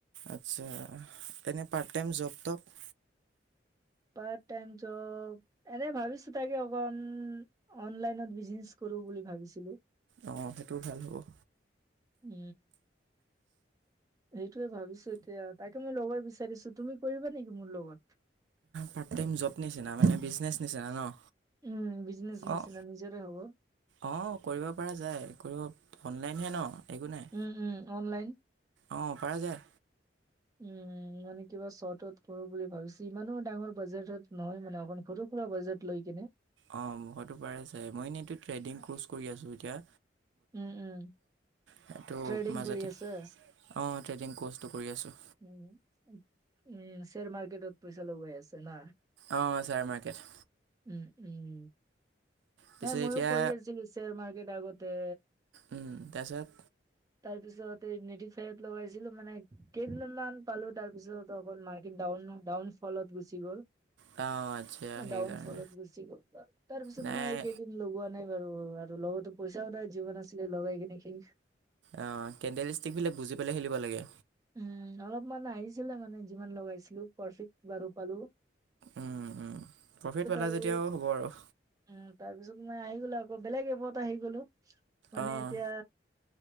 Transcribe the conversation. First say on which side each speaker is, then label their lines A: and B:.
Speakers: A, on the right (about 75°); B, on the right (about 20°).
A: আচ্ছা। এনেই পাৰ্ট টাইম জব টপ?
B: পাৰ্ট টাইম জব এনেই ভাবিছো তাকে অকণ অনলাইনত বিজনেচ কৰো বুলি ভাবিছিলো।
A: অঁ সেইটো হেল্প হ'ব।
B: উম, সেইটোয়ে ভাবিছো এতিয়া, তাকে মই ল'ব বিচাৰিছো। তুমি কৰিবা নেকি মোৰ লগত?
A: পাৰ্ট টাইম জব নিচিনা মানে বিজনেছ নিচিনা ন?
B: উম, বিজনেচ নিচিনা
A: অঁ
B: নিজৰে হ'ব।
A: অঁ কৰিব পৰা যায় কৰিব, অনলাইনহে ন? একো নাই
B: উম, উম অনলাইন।
A: অঁ পৰা যায়
B: উম, মানে কিবা চৰ্টত কৰো বুলি ভাবিছো। ইমানো ডাঙৰ বাজেটত নহয় মানে, অকমাণ সৰু-সুৰা বাজেট লৈ কেনে
A: অ', মুখতো পাৰে চাগে, মই এনেইটো ট্ৰেডিং কৰ্চ কৰি আছোঁ এতিয়া।
B: উম, উম।
A: সেইটো
B: ট্ৰেডিং
A: মাজতে,
B: কৰি আছে
A: অ' ট্ৰেডিং ক'ৰ্চটো কৰি আছোঁ।
B: উম উম, শ্বেয়াৰ মাৰ্কেটত পইচা লগাই আছা না?
A: অ', শ্বেয়াৰ মাৰ্কেট।
B: উম, উম,
A: পিছে
B: নাই ময়ো
A: এতিয়া
B: কৰি আছিলো শ্বেয়াৰ মাৰ্কেট আগত তে
A: উম, তাৰপিছত
B: তাৰ পিছত এই নেটিফাইত লগাইছিলো মানে, কেইদিন মান পালো, তাৰপিছত অকন মাৰ্কেট ডাউন ডাউন ফলত গুচি গ'ল।
A: অঁ আচ্ছা সেইকাৰণে
B: ডাউন ফলত গুচি গ'ল, তাৰ পিছত
A: নাই
B: মই এইকেদিন লগোৱা নাই বাৰু, আৰু লগতো পইচাও নাই যিমান আছিলে লগাই কিনে শেষ।
A: অ', কেণ্ডেল ষ্টিক বিলাক বুজি পেলাই খেলিব লাগে।
B: উম, অলপমান আহিছিলে মানে যিমান লগাইছিলো প্ৰফিট বাৰু পালো।
A: উম, উম। প্ৰফিট পালা
B: আৰু
A: যেতিয়াও হ'ব আৰু।
B: উম, তাৰ পিছত মই আহি গ'লো আকৌ বেলেগ এপত আহি গ'লো, মানে
A: অ',
B: এতিয়া